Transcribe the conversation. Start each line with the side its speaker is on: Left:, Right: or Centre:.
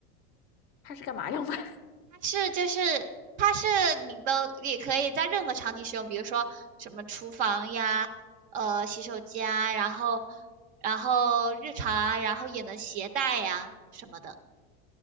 Left: 它是干嘛用的？<laughs>
Right: 是就是它是你都也可以在任何场景使用，比如说什么厨房呀，呃，洗手间啊，然后然后日常啊，然后也能携带呀什么的。